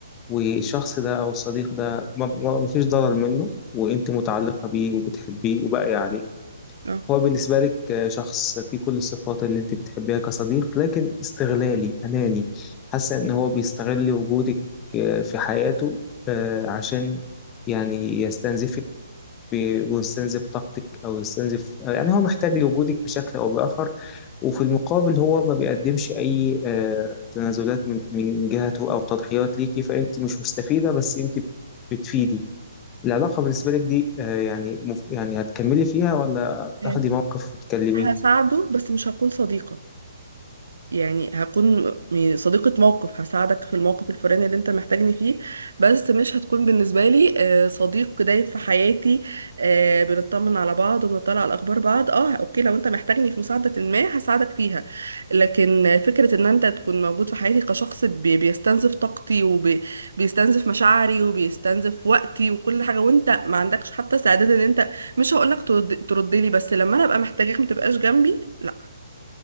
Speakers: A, on the left (about 20°); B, on the right (about 65°).
A: والشخص ده او الصديق ده ما ما- ما فيش ضرر منه وانت متعلقه بيه وبتحبيه وباقيه عليه
B: اه
A: هو بالنسبة لك آه، شخص فيه كل الصفات اللي انت بتحبيها كصديق لكن استغلالي أناني حاسة ان هو بيستغل وجودك آه، في حياته آه، عشان يعني يستنزفك ب- ويستنزف طاقتك او يستنزف يعني هو محتاج لوجودك بشكل او بآخر وفي المقابل هو ما بيقدمش اي آه، تنازلات من من جهته او تضحيات ليكي فانت مش مستفيدة بس انت بتفيدي العلاقة بالنسبة لك دي آه، يعني مف... يعني هتكملي فيها ولا
B: مم.
A: تاخدي موقف وتكلميه
B: هساعده بس مش هكون صديقة يعني هكون م- يعني صديقة موقف هساعدك في الموقف الفلاني اللي انت محتاجني فيه بس مش هتكون بالنسبة لي آه، صديق دايم في حياتي آه، بنطمن على بعض وبنطلع على الأخبار بعض اه اوكي لو انت محتاجني في مساعدة ما هساعدك فيها لكن آه، فكرة ان انت تكون موجود في حياتي كشخص بي- بيستنزف طاقتي وبيستنزف مشاعري وبيستنزف وقتي وكل حاجة وانت ما عندكش حتى استعداد ان انت مش هقولك ترد لي بس لما انا ابقى محتاجك ما تبقاش جنبي لا